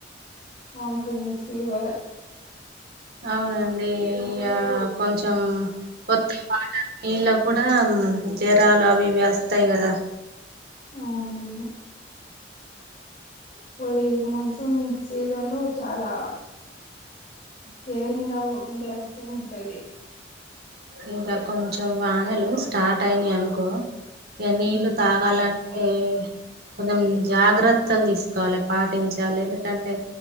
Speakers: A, on the left; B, on the right.
A: వాంటిన్స్ ఫీవర్
B: అవునండి ఇగ కొంచెం కొత్త వాటర్ నీళ్ళ కూడా జరాలు అవి ఇవి వస్తాయి కదా
A: అవును ఇప్పుడు ఈ మాన్సూన్ సీజన్ లో చాలా కేరింగ్ గా ఉండే అవసరం ఉంటది
B: ఇక కొంచెం వానలు స్టార్ట్ అయినాయి అనుకో ఇక నీళ్లు
A: హ్మ్.
B: తాగాలంట ఏ కొంచెం జాగ్రత్తలు తీసుకోవాలి పాటించాలి ఎందుకంటే